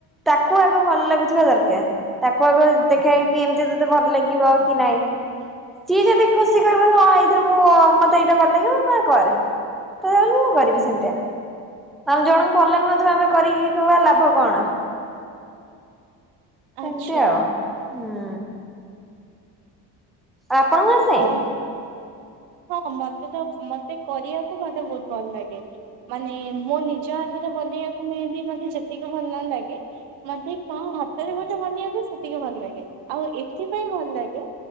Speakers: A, in the centre; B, on the right.
A: ତାକୁ ଆଗ ଭଲ ଲାଗୁଥିବା ଦରକାର୍। ତାକୁ ଆଗ ଦେଖାଏକି, ଏମିତି ତତେ ଭଲ ଲାଗିବ କି ନାଇଁ? ସିଏ ଯେତିକି ଖୁସି କହିବ କି ହଁ ଏଇଥିରେ ମୁଁ ମତେ ଏଇଟା ଭଲ ଲାଗିବ ମୁଁ କରେ। ତାହେଲେ ମୁଁ କରିବି ସେମିତିଆ, ଜଣଙ୍କୁ ଭଲ ଲାଗୁନଥିବ ଆମେ କରିକି କି ବା ଲାଭ କଣ? ସେମିତି
B: ଆଚ୍ଛା
A: ଆଉ, ହୁଁ। ଆ ଆପଣଙ୍କୁ ଆସେ?
B: ଆଉ ହଁ ମତେ ତ ମତେ କରିଆକୁ ମତେ ବହୁତ ଭଲ ଲାଗେ। ମାନେ ମୋ ନିଜ ହାତରେ ବନେଇଆକୁ ମେହେନ୍ଦୀ ମତେ ଯେତିକି ଭଲ ନ ଲାଗେ ମତେ କଣ ହାତରେ ଗୋଟେ ବନେଇବାକୁ ସେତିକେ ଭଲ ଲାଗେ ଆଉ ଏଥିପାଇଁ ଭଲ ଲାଗେ